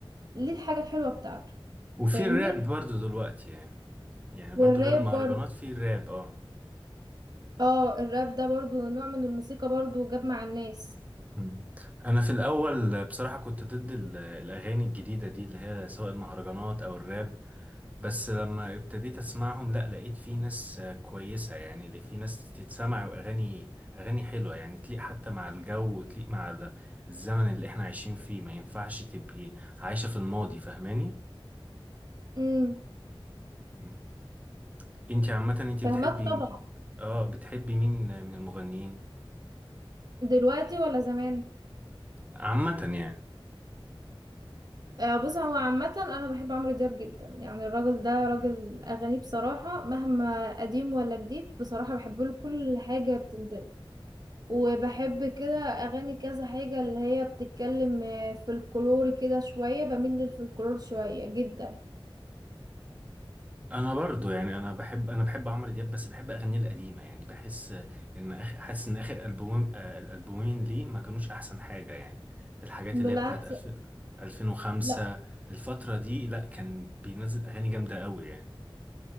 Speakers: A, on the right; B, on the right.
A: ليه الحاجة الحلوة بتاعته
B: وفي
A: فاهمني
B: الراب برضو دلوقتي يعني يعني برضو
A: والراب
B: غير المهرجانات
A: برضو
B: في الراب اه
A: اه الراب ده برضو نوع من الموسيقى برضو جاب مع الناس
B: مم. انا في الاول بصراحه كنت ضد ال- الاغاني الجديده دي اللي هي سواء المهرجانات او الراب بس لما ابتديت اسمعهم لا لقيت في ناس آه، كويسه يعني اللي في ناس تتسمع واغاني اغاني حلوه يعني تليق حتى مع الجو وتليق مع ال- الزمن اللي احنا عايشين فيه ما ينفعش تبقي عايشه في الماضي فاهماني
A: امم
B: مم. انتي عامه انتي
A: فاهمات
B: بتحبي
A: طبعا
B: اه بتحبي مين من المغنيين
A: دلوقتي ولا زمان
B: عامه يعني
A: آه، بص هو عامة أنا بحب عمرو دياب جدا يعني الراجل ده راجل
B: مم.
A: أغانيه بصراحة مهما قديم ولا جديد بصراحة بحب له كل حاجة بتنزل وبحب كده أغاني كذا حاجة اللي هي بتتكلم آه، فلكلور كده شوية بميل للفلكلور شوية جدا
B: انا برضو يعني انا بحب انا بحب عمرو دياب بس بحب اغانيه القديمه يعني بحس ان آخ- حاسس ان اخر البومين آه، الالبومين ليه ما كانوش احسن حاجه يعني الحاجات
A: بالعكس
B: اللي هي بتاعت 2000 2005
A: لا
B: الفتره دي لا كان بينزل اغاني جامده قوي يعني